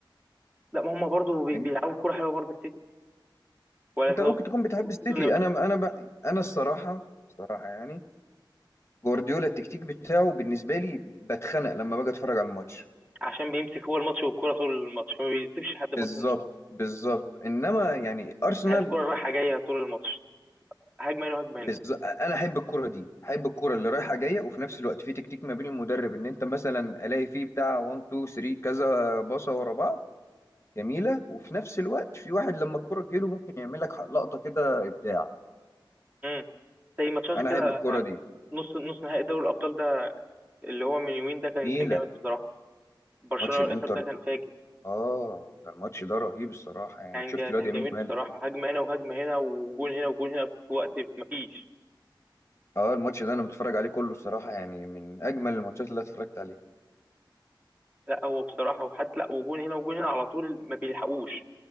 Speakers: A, on the right; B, on the left.
A: لا ما هم برضو بي-
B: فاهم
A: بيلعبوا كوره حلوه برضو السيتي ولا
B: انت
A: انت تقصد
B: ممكن تكون بتحب السيتي انا انا بقى انا الصراحه الصراحه يعني جوارديولا التكتيك بتاعه بالنسبه لي بتخنق لما باجي اتفرج على الماتش
A: عشان بيمسك هو الماتش والكرة طول الماتش فما بيسيبش حد
B: بالظبط
A: فرصة انه يلعب
B: بالظبط انما يعني ارسنال
A: عايز الكرة رايحة جاية طول الماتش هجمة هنا هجمة
B: بالظبط
A: هنا
B: انا احب الكره دي احب الكره اللي رايحه جايه وفي نفس الوقت في تكتيك ما بين المدرب ان انت مثلا الاقي فيه بتاع 1 2 3 كذا باصه ورا بعض جميله وفي نفس الوقت في واحد لما الكره تجيله ممكن يعمل لك لقطه كده ابداع
A: امم زي ماتشات
B: انا
A: كده
B: احب الكره دي
A: نص نص نهائي دوري الأبطال ده اللي هو من يومين ده كان
B: جميله
A: كان جامد بصراحة برشلونة
B: ماتش الانتر
A: والإنتر ده كان فاجر
B: اه ده الماتش ده رهيب الصراحه يعني
A: كان
B: شفت
A: جا
B: الواد
A: كان
B: يمين
A: جميل
B: يامال
A: بصراحة هجمة هنا وهجمة هنا وجون هنا وجون هنا في وقت مفيش
B: اه الماتش ده انا متفرج عليه كله الصراحه يعني من اجمل الماتشات اللي أنا اتفرجت عليها
A: لا هو بصراحة وحتى لا وجون هنا وجون هنا على طول ما بيلحقوش